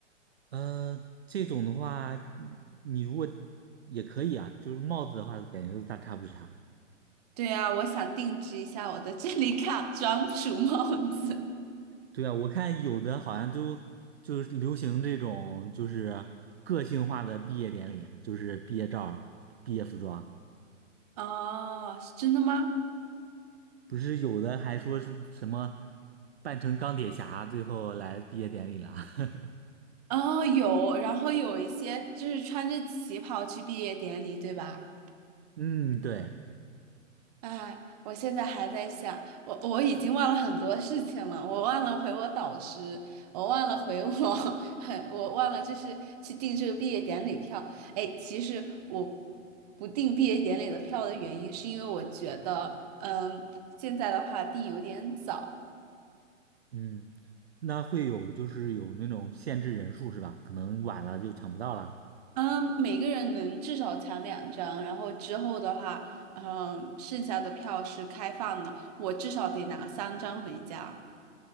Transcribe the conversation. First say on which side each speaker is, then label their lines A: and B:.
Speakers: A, on the right; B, on the right.
A: 呃，这种的话，你如果也可以啊，就是帽子的话，感觉都大差不差。
B: 对呀，我想定制一下我的 <laughs> 这里卡专属帽子。
A: 对啊，我看有的好像都就是流行这种就是个性化的毕业典礼，就是毕业照儿毕业服装，
B: 哦，是真的吗？
A: 不是有的还说是什么扮成钢铁侠，最后来毕业典礼了。<laughs>
B: 哦，有，然后有一些就是穿着旗袍去毕业典礼，对吧？
A: 嗯，对，
B: 哎，我现在还在想，我我已经忘了很多事情了，我忘了回我导师，我忘了回我，<laughs> 我忘了就是去订这个毕业典礼票。哎，其实我不订毕业典礼的票的原因，是因为我觉得，嗯，现在的话订有点早。
A: 嗯，那会有就是有那种限制人数是吧？可能晚了就抢不到了。
B: 嗯，每个人能至少抢两张，然后之后的话，嗯，剩下的票是开放的，我至少得拿三张回家。